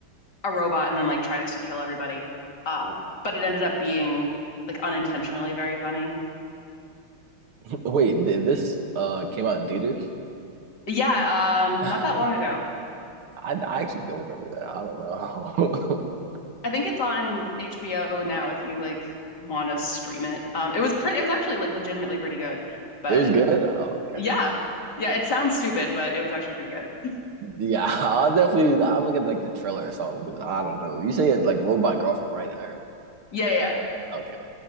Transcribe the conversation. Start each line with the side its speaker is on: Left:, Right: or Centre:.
Left: a robot and then like tries to kill everybody. Um, but it ended up being like unintentionally very funny.
Right: <laughs> Wait, th this uh came out in theaters?
Left: Yeah,
Right: <laughs>
Left: um,
Right: I,
Left: not that long ago.
Right: I actually don't remember that. I don't know. <laughs>
Left: I think it's on HBO now if you like want to stream it. Um, it was pretty, it was actually like legitimately pretty good. But
Right: It was good? Oh, okay.
Left: yeah. Yeah, it sounds stupid, but it was actually pretty good.
Right: Yeah, <laughs> I'll definitely I'll look at like the trailer or something because I don't know. You say it's like Robot Girlfriend, right? I heard
Left: Yeah, yeah, yeah.
Right: that.